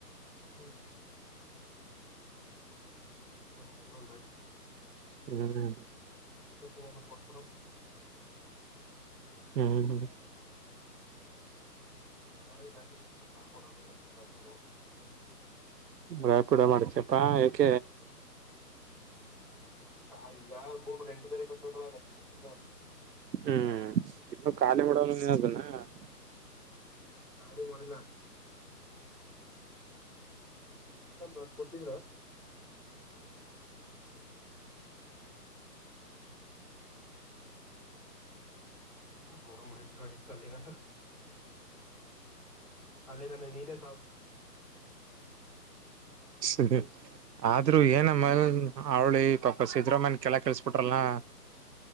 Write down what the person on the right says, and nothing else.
ಹ್ಮ್ <inaudible>
ಹ್ಮ್ ಹ್ಮ್
ಬ್ರ ಪಿಡ ಮಾಡಚಪ್ಪಾ ಅೆ <inaudible>
ಹ್ಮ್ ಇನ್ನು ಖಾಲಿ ಮಾಡೋಲ್ಲ ನೀದನಾ <inaudible> <inaudible>
ಸ ಆದ್ರೂ ಏನಮ್ಮ ಅವಳಿ ಪಾಪ ಸಿದರಾಮ್ಯನ ಕೆಳ ಕೆಲ್ಸಬಿಟ್ರಲ್ನ <inaudible>